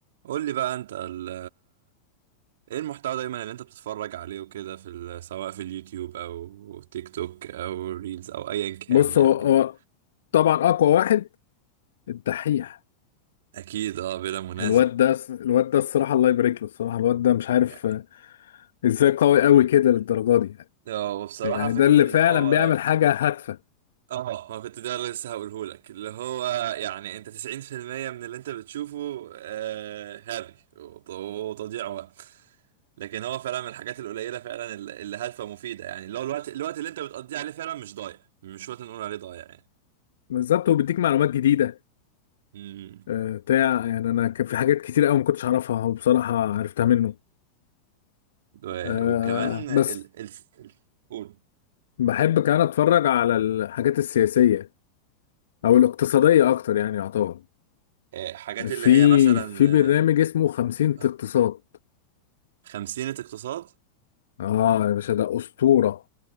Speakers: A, on the right; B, on the left.
A: قول لي بقى انت ال- ايه المحتوى دايما اللي انت بتتفرج عليه وكده في ال- سواء في اليوتيوب او تيك توك او ريلز او ايا كان
B: بص
A: يعني
B: هو هو طبعا اقوى واحد الدحيح
A: اكيد اه بلا منازع
B: الواد ده الواد ده الصراحه الله يبارك له الصراحه الواد ده مش عارف
A: يعني
B: آه، ازاي قوي قوي كده للدرجه دي يعني
A: هو بصراحة
B: يعني
A: فكرة
B: ده اللي
A: ان
B: فعلا
A: هو
B: بيعمل حاجه هادفه
A: اه ما كنت ده لسه هقوله لك اللي هو يعني انت 90% من اللي انت بتشوفه آه هري وت- وتضييع وقت لكن هو فعلا من الحاجات القليلة فعلا اللي اللي هادفة ومفيدة يعني اللي هو الوقت الوقت اللي انت بتقضيه عليه فعلا مش ضايع مش وقت نقول عليه ضايع
B: بالظبط وبيديك معلومات جديده
A: يعني
B: آه، بتاع يعني انا كان في حاجات كتير قوي ما كنتش اعرفها وبصراحه عرفتها منه
A: و-
B: آه،
A: وكمان ال...
B: بس
A: ال... ال... قول
B: بحب كمان اتفرج على الحاجات السياسيه او الاقتصاديه اكتر يعني يعتبر
A: آه، حاجات اللي
B: في
A: هي مثلا
B: في
A: آه،
B: برنامج اسمه 50
A: آه،
B: اقتصاد
A: خمسينة اقتصاد
B: اه يا باشا ده اسطوره